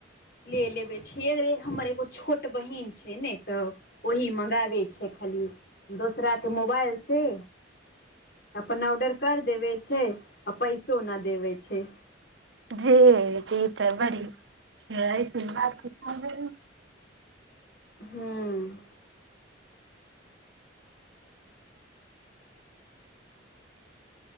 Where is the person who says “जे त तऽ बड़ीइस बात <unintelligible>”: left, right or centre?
Right